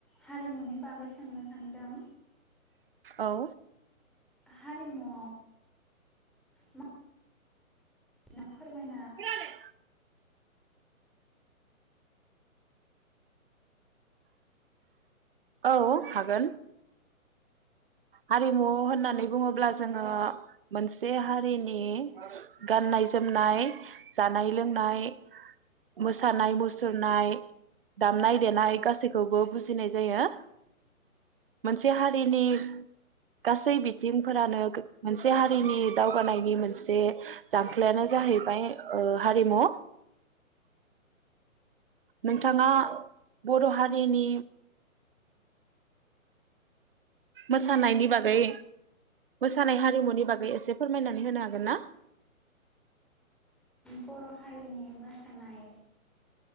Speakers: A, in the centre; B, on the right (about 40°).
A: हारिमुनि बागै सोंनो सान्दों
B: औ
A: हारिमुआव मा <inaudible>
B: <unintelligible> औ हागोन हारिमु होननानै बुङोब्ला जोङो मोनसे हारिनि गाननाय जोमनाय जानाय लोंनाय मोसानाय मुसुरनाय दामनाय देनाय गासैखौबो बुजिनाय जायो मोनसे हारिनि गासै बिथिंफोरानो मोनसे हारिनि दावगानायनि मोनसे जांख्लायानो जाहैबाय हारिमु नोंथाङा बर' हारिनि मोसानायनि बागै मोसानाय हारिमुनि बागै एसे फोरमायनानै होनो हागोन ना
A: बर' हारिनि मोसानाय